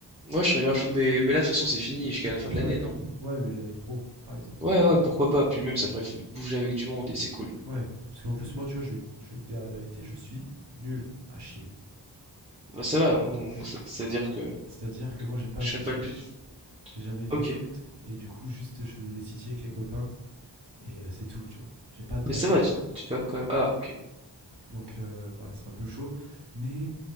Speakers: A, on the right (about 15°); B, on the right (about 70°).
A: Ouais, je serais grave chaud. Mais, mais là, de toute façon, c'est fini jusqu'à la fin de
B: Ouais,
A: l'année, non?
B: ouais, mais l'année pro, par exemple.
A: Ouais, ouais, pourquoi pas. Puis même, ça ferait f- bouger avec du monde et c'est cool.
B: Ouais, parce qu'en plus moi, tu vois, je vais, je vais te dire la vérité, je suis nul à chier.
A: Bah, ça va, on- on- ça ça veut dire que, que
B: C'est-à-dire que moi, j'ai pas
A: je
B: fait
A: serais pas
B: de foot.
A: le plus.
B: J'ai jamais fait
A: Ok.
B: de foot et du coup, juste, je faisais des city avec les copains et euh, c'est tout, tu vois. J'ai pas de
A: Mais
B: base
A: ça va,
B: de foot.
A: tu, tu dois quand même. Ah, ok.
B: Donc euh, voilà, c'est un peu chaud. Mais